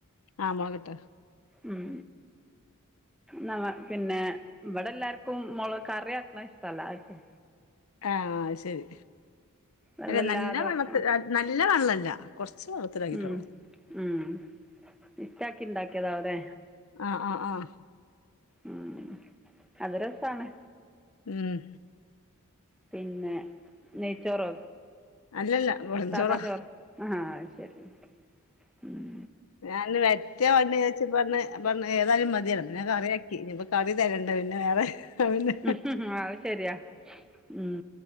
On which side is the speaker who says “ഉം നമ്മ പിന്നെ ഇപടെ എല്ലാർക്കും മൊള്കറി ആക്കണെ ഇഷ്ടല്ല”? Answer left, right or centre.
Centre